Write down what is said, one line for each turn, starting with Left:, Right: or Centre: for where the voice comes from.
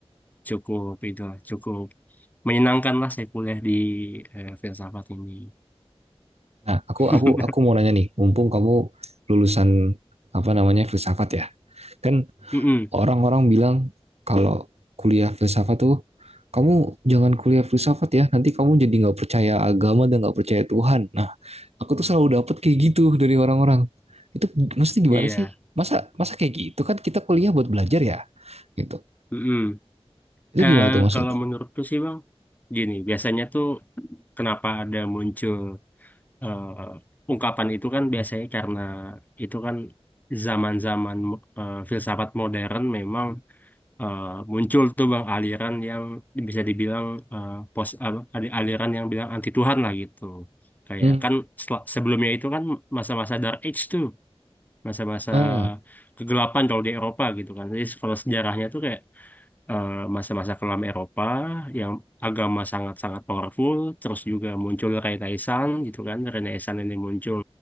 Left: cukup itu lah, cukup menyenangkan lah saya kuliah di eh, filsafat ini.
Right: Nah, aku
Left: <laughs>
Right: aku aku mau nanya nih, mumpung kamu lulusan apa namanya filsafat ya, kan
Left: Mm-mm,
Right: orang-orang bilang kalau kuliah filsafat tuh kamu jangan kuliah filsafat ya, nanti kamu jadi nggak percaya agama dan nggak percaya Tuhan. Nah, aku tuh selalu dapet kayak gitu dari orang-orang. Itu maksudnya gimana
Left: iya.
Right: sih? Masa masa kayak gitu kan kita kuliah buat belajar ya? Gitu.
Left: Mm-mm.
Right: Itu
Left: Eh,
Right: gimana tuh maksudnya?
Left: kalau menurutku sih Bang, gini, biasanya tuh kenapa ada muncul eh, ungkapan itu kan biasanya karena itu kan zaman-zaman eh, filsafat modern memang eh, muncul tuh bang aliran yang bisa dibilang eh, pos apa, ada aliran yang bilang anti Tuhan lah gitu. Kayak
Right: Hmm.
Left: kan sel- sebelumnya itu kan masa-masa Dark Age tuh, masa-masa
Right: hmm.
Left: kegelapan kalau di Eropa gitu kan. Jadi kalau sejarahnya tuh kayak eh, masa-masa kelam Eropa yang agama sangat-sangat powerful, terus juga muncul Renaissance gitu kan. Renaissance ini muncul,